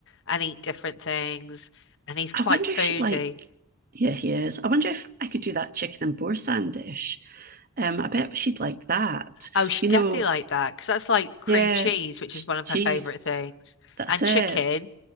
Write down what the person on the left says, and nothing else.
and eat different things, and he's quite
foodie.
Oh, she
definitely
liked that because that's like cream
cheese, which
is one of
her favorite things,
and chicken.